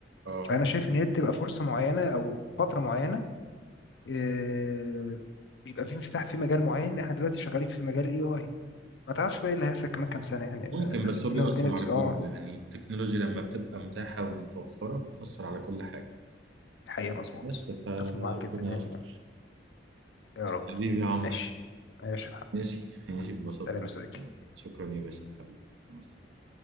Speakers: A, on the right; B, on the left.
A: اه
B: فانا شايف ان هي بتبقى فرصه معينه او فتره معينه آه، بيبقى في انفتاح في مجال معين احنا دلوقتي شغالين في مجال الاي اي ما تعرفش بقى ايه اللي هيحصل كمان كام سنه يعني
A: ممكن
B: آه، بس
A: بس
B: الدنيا
A: هو بيأثر
B: والدنيا بت-
A: على
B: اه
A: كله يعني التكنولوجيا لما بتبقى متاحة ومتوفرة بتأثر على كل حاجة
B: الحقيقه مظبوط
A: بس فربنا
B: متفق معاك جدا يعني
A: يستر
B: يا رب
A: حبيبي يا عمر
B: ماشي ماشي يا محمد
A: ماشي ماشي ببساطة
B: سلام يا صديقي
A: شكرا يا باشا حبيبي مع السلامة